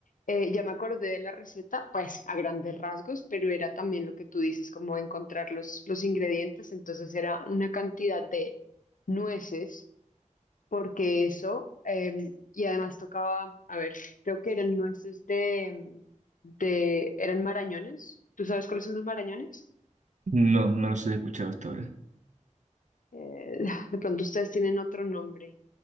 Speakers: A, on the left (about 85°); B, on the right (about 65°).
A: Eh, ya me acordé de la receta, pues a grandes rasgos, pero era también lo que tú dices, como encontrar los, los ingredientes. Entonces, era una cantidad de nueces porque eso, eh, y además tocaba, a ver, creo que eran nueces de, de, eran marañones. ¿Tú sabes cuáles son los marañones?
B: No, no los he escuchado hasta ahora.
A: Eh, <laughs> de pronto ustedes tienen otro nombre,